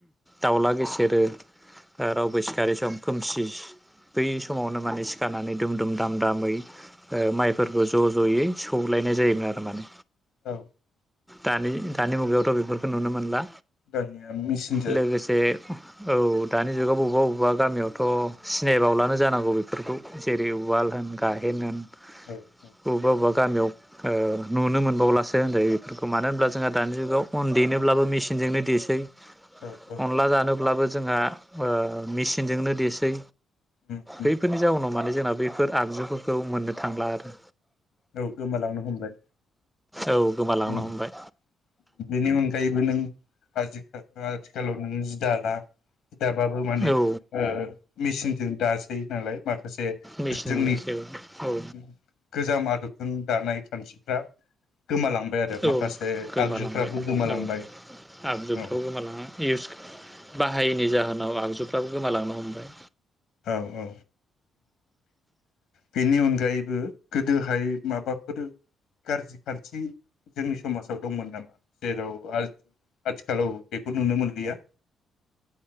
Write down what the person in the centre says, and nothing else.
दाउला गे सेरो रावबो सिखारै सम खोमसि बै समावनो माने सिखारनानै दुम दुम दाम दामै ओ माइफोरखौ ज' ज'यै सौलायनाय जायोमोन आरो माने।
दानि दानि मुगायावथ' बेफोरखौ नुनो मोनला।
लोगोसे औ दानि जुगाव बबेबा बबेबा गामियावथ' सिनायबावलानो जानांगौ बेफोरखौ जेरै उवाल होन गाहेन होन।
बबेबा बबेबा गामियाव ओ नुनो मोनबावलासो होनजायो बेखौ मानो होनब्ला
जोंहा दानि जुगाव अन देनोब्लाबो मिसिनजोंनो देसै <inaudible>
अनला जानो अब्लाबो जोंहा ओ मिसिनजोंनो देसै
बैफोरनि जाउनाव माने जोंना बैफोर आगजुफोरखौ मोननो थांला आरो
औ गोमालांनो
हमबाय
औ
मेचिनसो
औ
औ गोमालांबाय
औ आबजुफ्राव
गोमाला इउस बाहायैनि जाहो नाव आगजुफ्राबो गोमालांनो हमबाय।